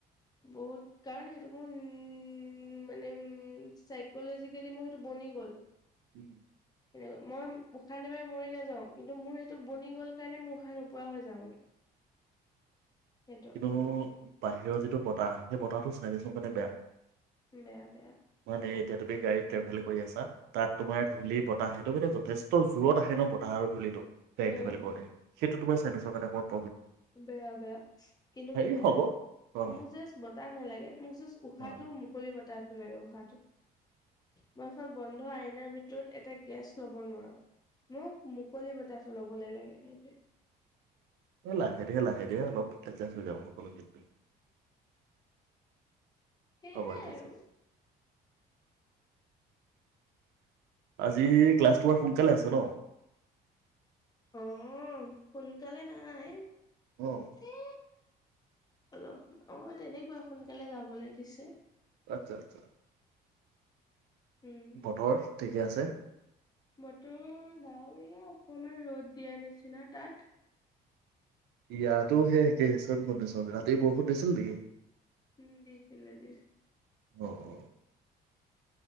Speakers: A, on the left (about 20°); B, on the right (about 75°).
A: বহুত কাৰণ সেইটো মোৰ উ উ মানে উম চাইকলেজিকেলি মোৰ সেইটো বনি গ'ল।
B: উম।
A: সেনকা মই উশাহ নাপাই মৰি নাযাওঁ কিন্তু মোৰ সেইটো বনি গ'ল কাৰণে মোৰ উশাহ নোপোৱা হৈ যাওঁগে। সেইটো
B: কিন্তু বাহিৰৰ যিটো বতাহ সেই বতাহটো চাইনেজৰ কাৰণে বেয়া।
A: বেয়া বেয়া
B: সে এতিয়া তুমি গাড়ীত ট্ৰেভেল। কৰি আছা তাত। তোমাৰ ধূলি বতাহে সেইটো কাৰনে যথেষ্ট জোৰত আহে ন? বতাহৰ ধূলিটো গাড়ী ট্ৰেভেল
A: উম
B: কৰোঁ‌তে। টো তোমাৰ চাইনেজৰ কাৰনে অকণ।
A: বেয়া, বেয়া কিন্তু
B: হেৰি
A: কি হয়
B: হ'ব অ
A: মোক জাষ্ট বতাহ নালাগে মোক জাষ্ট উশাহটো
B: অ
A: মুকলি বতাহ এটা লাগে উশাহ। লোৱাটোত ম খন বন্ধ আইনা ভিতৰত এটা গেছ ল'ব নোৱাৰো মোক মুকলি বতাহ বতাহতো লব লাগে সেইটোৱে
B: এ লাহে দিহে লাহে দিহে অলপ এ এতষ্ট হৈ যাব সকলোখিনি
A: সেইয়াই
B: হ'ব দিয়া
A: আৰু
B: চোন আজি ক্লাছ তোমাৰ সোনকালে আছে ন
A: অ সোনকালে নাই
B: আহ
A: এ অলপ অ তেনেকুৱা সোনকালে যাবলৈ দিছে
B: আচ্ছা আচ্ছা
A: উম
B: বতৰ ঠিকে আছে
A: বতৰ ডাৱৰীয়া অকমান ৰ'দ দিয়া নিচিনা তাত
B: ইয়াতো সেই একেই মে'ত কণ্ডিশন ৰাতি বৰষুণ দিছিল নেকি
A: উম দিছিলে দিছিলে
B: অউ অউ